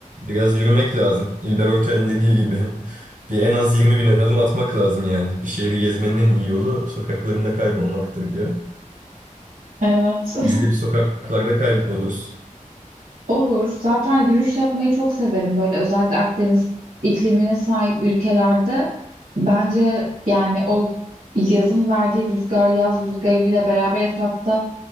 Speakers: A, on the right; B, on the right.
A: Biraz yürümek lazım. İlber Ortaylı'nın dediği gibi. <laughs> Bir en az 20 bin adım atmak lazım yani. Bir şehri gezmenin en iyi yolu sokaklarında kaybolmaktır diyor.
B: Evet.
A: Biz de bir sokaklarda kayboluruz.
B: <laughs> Olur. Zaten yürüyüş yapmayı çok severim. Böyle özellikle Akdeniz iklimine sahip ülkelerde bence yani o yazın verdiği rüzgar, yaz rüzgarıyla beraber etrafta